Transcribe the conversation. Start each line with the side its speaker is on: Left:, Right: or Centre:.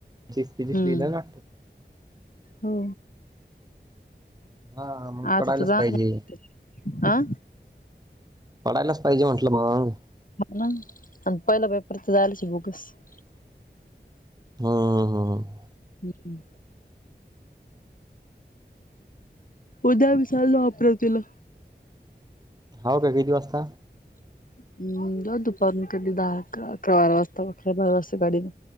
Right: तेवीस
Left: हम्म.
Right: लिहिलं ना
Left: हो.
Right: हा मग
Left: आता
Right: पडायलाच
Left: तर जाणार
Right: पाहिजे.
Left: आहे. आ?
Right: पडायलाच पाहिजे म्हटलं मग.
Left: पेपर
Right: हा हा हा ह
Left: हम् उद्या विसरलो आपरा तिला
Right: हाव काय किती वाजता?
Left: <inaudible> या दुपारन कधी दहा अकरा अकरा बारा वाजता अकरा बारा वाजता गाडीन.